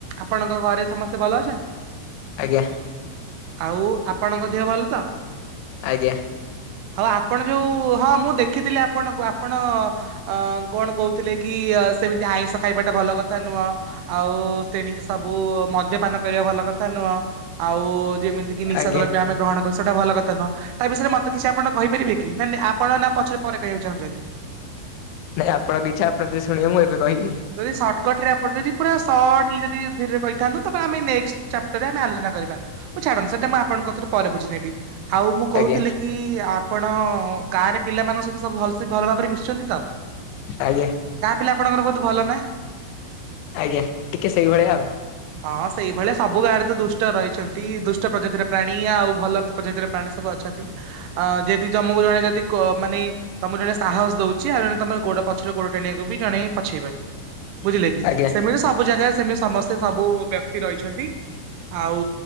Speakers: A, on the right; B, on the left.
A: ଆପଣଙ୍କ ଘରେ ସମସ୍ତେ ସେ ଭଲ ଅଛନ୍ତି।
B: ଆଜ୍ଞା
A: ଆଉ ଆପଣଙ୍କ ଦେହ ଭଲ ତ
B: ଆଜ୍ଞା
A: ଆଉ ଆପଣ ଯୋଉ ହଁ ମୁଁ ଦେଖିଥିଲି ଆପଣଙ୍କୁ ଆପଣ ଅ କଣ କହୁ ଥିଲେ କି ସେମିତି ଆତ୍ ଖାଇବାଟା ଭଲ କଥା ନୁହଁ ଆଉ ସେଣିକି ସବୁ ମଦ୍ୟପାନ କରିବା ଭଲ କଥା ନୁହଁ ଆଉ ଯେମିତି କି ନିଶା
B: ଆଜ୍ଞା
A: ଦ୍ରବ୍ୟମେ ଗ୍ରହଣ କରୁ ଟସେଟ ଭଲ କଥା। ତା ବିଷୟରେ ମତେ କିଛି ଆପଣ କହିପାରିବେ କି ନ ଆପଣ ନା ପଛରେ ପରେ କହିବାକୁ ଚାହୁଁଛନ୍ତି।
B: ନାଇଁ ଆପଣ କିଛି ଆପଣ ଯେ ଶୁଣିବ ମୁଁ ଏବେ କହିବି
A: ଯଦି ସର୍ଟକଟ୍ ରେ ଆପଣ ଯଦି ପୁରା ସଟଲି ଯଦି ଧୀରେ କହିଥାନ୍ତୁ ତାପରେ ଆମେ ନେକଷ୍ଟ ଚାପଟରରେ ଆମେ ଆଲୋଚନା କରିବା। ଛାଡନ୍ତୁ ସେଇଟା ମୁଁ ଆପଣଙ୍କ କତିରୁ ପରେ ବୁଝି ନେବି। ଆଉ ମୁଁ କହୁଥିଲି
B: ଆଜ୍ଞା
A: କି ଆପଣ ଗାଁରେ ପିଲାମାନଙ୍କ ସହିତ ସବୁ ଭଲ ସେ ଭଲ ଭାବରେ ମିଶୁଛନ୍ତି ତ?
B: ଆଜ୍ଞା
A: ଗାଁ ପିଲା ଆପଣଙ୍କର ଭଲ ନା?
B: ଆଜ୍ଞା ଟିକେ ସେଇଭଳିଆ ଆଉ।
A: ହଁ ସେଇଭଳିଆ ସବୁ ଗାଁରେ ତ ଦୁଷ୍ଟ ରହିଛନ୍ତି। ଦୁଷ୍ଟ ପ୍ରଜାତିର ପ୍ରାଣୀ ଆଉ ଭଲ ପ୍ରଜାତିର ପ୍ରାଣୀ ସବୁ ଅଛନ୍ତି। ଅ ଯେହେତି ଜମକୁ ଜଣେ ଯଦି ମାନେ ତମକୁ ଜଣେ ସାହସ ଦଉଛି। ଆଉ ଜଣେ ତମର ଗୋଡ ପଛରେ ଗୋଡ ଟାଣିବାକୁ ବି ଜଣେ ପଛେଇବନି? ବୁଝିଲେ କି
B: ଆଜ୍ଞା
A: ସେମିତି ସବୁ ଜାଗାରେ ସେମିତି ସମସ୍ତେ ସବୁ ରହିଛନ୍ତି ଆଉ